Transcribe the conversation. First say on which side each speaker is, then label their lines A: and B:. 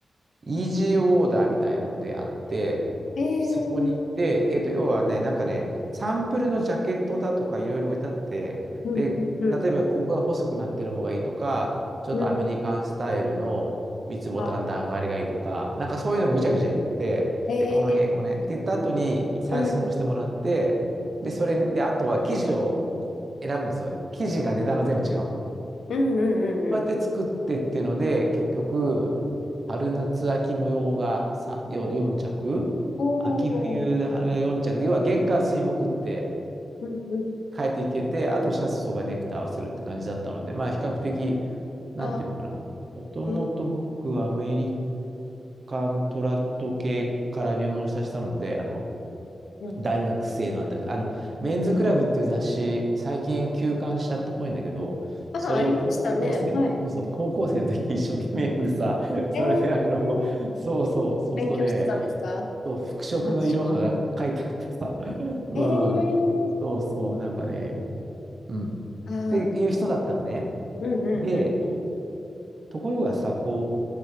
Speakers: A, on the right; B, on the left.
A: イージーオーダーみたいのであって、
B: えー、
A: そこに行って、えっと、要はね、なんかね、サンプルのジャケットだとかいろいろ置いてあって、
B: うん、
A: で、
B: うん、
A: 例えばここが細くなってる方がいいとか、ちょっとアメリカンスタイルの三つボタン段上がりがいいとか、
B: うん。あ、
A: なんかそういうのをぐちゃぐちゃ言って、
B: えー、
A: で、この辺、この辺って言った後に採寸をしてもらって、
B: うん、
A: で、それで、あとは生地をこう選ぶんですよ。生地が値段が全部違うんで。
B: うん、うん、うんうん。
A: うやって作ってっていうので、結局、春夏秋模様がさよ4着、
B: お
A: 秋冬が4着で、
B: ー、
A: 要は月火水木って
B: うん、うん。
A: 変えていけて、あとシャツとかネクタイ合わせるって感じだったので、まあ比較的、なんていうのかな。
B: あ、
A: もともと僕、
B: うん、
A: アメリカントラット系から入門したしたので、あの、
B: うん。
A: 大学生のあたりと、あの、メンズクラブっていう雑誌、最近休刊しちゃったっぽいんだけど、
B: あ、
A: それを高校生、
B: ありましたね。はい。
A: そうそう、高校生の時に一生懸命読んでさ、<laughs> それであの、
B: えー、
A: そうそう、そうそうね、
B: 勉強してたんですか
A: そう、服飾のいろはが書いてあってさ、
B: ファッション
A: うん、
B: えー、
A: そうそう、なんかね、うん、っていう人だったのね。
B: あー、うん、うん、
A: で、
B: うん、
A: ところがさ、こ